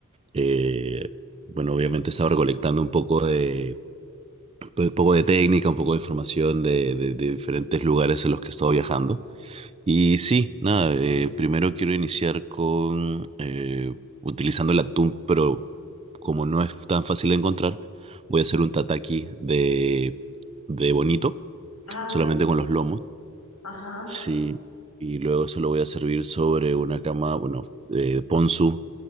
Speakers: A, on the right; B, on the left.
A: Eh, bueno, obviamente estaba recolectando un poco de, pues, un poco de técnica, un poco de información de, de de diferentes lugares en los que he estado viajando. Y sí, nada, eh, primero quiero iniciar con eh, utilizando el atún, pero como no es tan fácil de encontrar, voy a hacer un tataki de, de bonito,
B: Ah,
A: solamente
B: muy bien.
A: con los lomos.
B: Ajá.
A: Sí, y luego eso lo voy a servir sobre una cama, bueno, eh, ponzu